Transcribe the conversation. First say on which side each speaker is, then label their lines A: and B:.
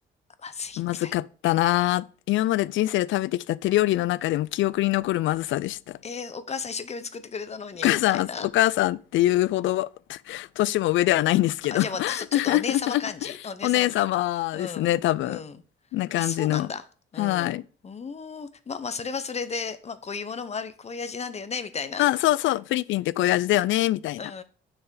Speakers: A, on the left; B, on the left.
A: まずい、
B: まずかったなぁ。
A: みたいな。
B: 今まで人生で食べてきた手料理の中でも記憶に残るまずさでした。
A: えーお母さん一生懸命作ってくれたのに、
B: お母さん、
A: みたいな。
B: お母さんっていうほど、<laughs> 年も上ではないんですけど。
A: あ、じゃあ私ちょっと、
B: <laughs>
A: ちょっとお姉様感じ。お姉様感覚。
B: お姉様ですね、
A: うん。
B: 多分。
A: うん。
B: な感じの。
A: あ、そうなんだ。うん。
B: はい。
A: うーん。まあまあ、それはそれで、まあ、こういうものもある、こういう味なんだよね、みたいな。
B: まあ、そうそう、フィリピンってこういう味だよね、みたいな。
A: う